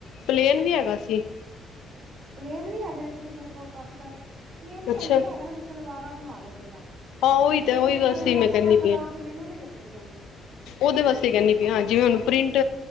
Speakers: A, on the left; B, on the right.
A: ਪਲੇਨ ਵੀ ਹੈਗਾ ਸੀ।
B: ਪਲੇਨ ਵੀ ਹੈਗੇ ਨੇ ਪੀਸ ੳਦੇ ਕੋਲ ਕਾਫੀ ਸਾਰੇ, ਪਲੇਨ ਤੇ ਭੈਨ
A: ਅੱਛਾ
B: ਜੀ ਐ ਹੈਗਾ ਨਾ ਵੀ ਸਲਵਾਰਾਂ ਬਨਵਾ ਲੇ ਬੰਦਾ। ਕਿਉਂਕਿ
A: ਹਾਂ ਉਹੀ
B: ਪਲੇਨ
A: ਤਾਂ ਉਹੀ
B: ਤੇ
A: ਬਸ
B: ਖਾੜੀ
A: ਸੀ
B: ਲੈਸਾ-ਲੈਸਾ
A: ਮੈਂ ਕਰਨੀ
B: ਲਾ ਕੇ ਮੈਨੂੰ ਨੀ ਜਚਦੀ ਐਂਜ।
A: ਉਦੇ ਵਾਸਤੇ ਕੈਂਨੀ ਪਈ ਆਂ ਜਿਵੇਂ ਹੁਨ ਪ੍ਰਿੰਟ